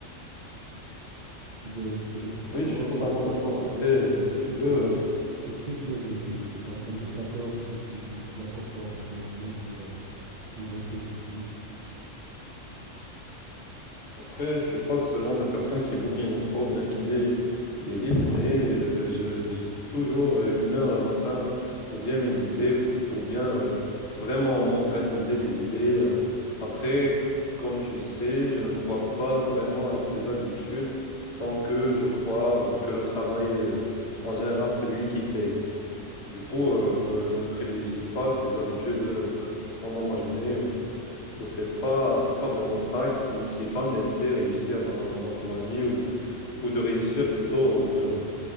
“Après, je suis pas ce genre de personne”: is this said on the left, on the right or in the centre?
Left